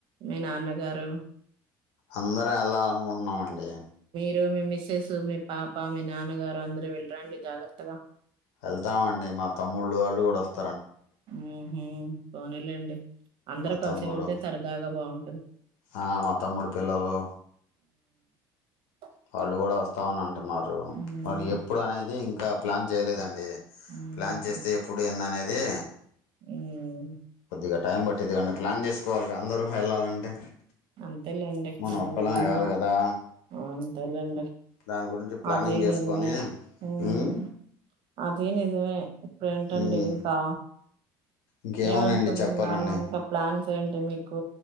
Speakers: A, on the right; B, on the left.
A: మీ నాన్న గారు
B: అందరం వెళ్ళాలనుకుంటున్నామండి.
A: రు, మీ మిస్సెస్, మీ పాప, మీ నాన్నగారు అందరు వెళ్ళరండి జాగ్రత్తగా
B: వెళ్తాం అండి మా తమ్ముళ్ళు వాళ్ళు కూడా వస్త
A: ఉహ్ పోనిలెండి అందరు
B: మా
A: కలిసి
B: తమ్ముడు
A: వెళ్తే సరదాగా బావుం
B: ఆ మా తమ్ముడి పిల్లలు
A: అ
B: వాళ్ళు కూడా వస్తామని అ ంటున్నారు
A: హ్మ్.
B: మరి ఎప్పుడు అనేది ఇం కా ప్లాన్ చేయలేదండి.
A: హ్మ్.
B: ప్లాన్ చేస్తే ఎప్పుడు ఎందనే ది
A: హ్మ్.
B: ఇగ టైం పట్టిద్ది కాండి ప్లాన్ చేసుకోవాలిగా అందరూ వెళ్ళాలంటే
A: అంతేలేండి
B: మనం
A: వెళ్ళాలన్నా
B: ఒక్కళ్ళమే కాదు కదా
A: అంతేలండి
B: దాని గురించి ప్లానింగ్
A: అది
B: చేసుకొని
A: నిర్ణయం హ్మ్
B: ఉమ్
A: అది నిజమే ఇప్పుడేంటండి
B: ఉమ్
A: ఇంకా
B: ఇంకేమున్నాయండి
A: ఏమనుకుంటున్నారు
B: చెప్పాలండి
A: ఇంకా ప్లాన్స్ ఏంటి మీకు